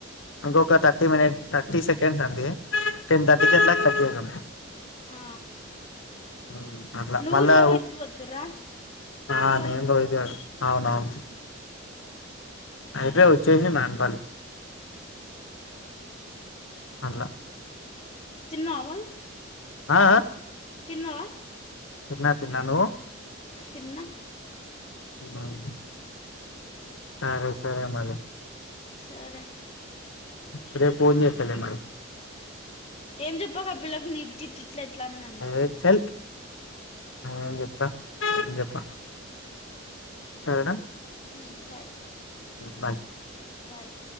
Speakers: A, on the left (about 75°); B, on the left (about 30°).
A: ఇంకొక థర్టీ మినిట్ థర్టీ సెకండ్స్ అండి. టెన్ తర్టికట్ల
B: ఉమ్
A: కట్ చేద్దం.
B: ఆ
A: మ్ అట్ల
B: నువ్వు
A: మళ్ళా
B: రోహిత్ పోతుర్రా
A: ఆ
B: నాంపల్లికి
A: నేను రోహితే ఉన్నం అవునవును.
B: ఆహా
A: అయితే వచ్చేసెయ్ నాంపల్లి అట్ల
B: తిన్నవా మరి
A: ఆ ఆఁ
B: తిన్నవా
A: తిన్న తిన్న నువ్వు
B: తిన్న
A: తిన్నానండి సరే సరే మరి
B: సరే
A: సరే ఫోన్ చేస్తలే మరి
B: సరే ఏం చెప్పావు పిల్లకి నీ ఇట్ ఇట్లా ఎట్లా అంది
A: ఏ చల్ నేనేం చెప్పా ఏం చెప్పలేదు
B: సరే
A: సరేనా
B: ఉమ్ సరే
A: బాయ్
B: బాయ్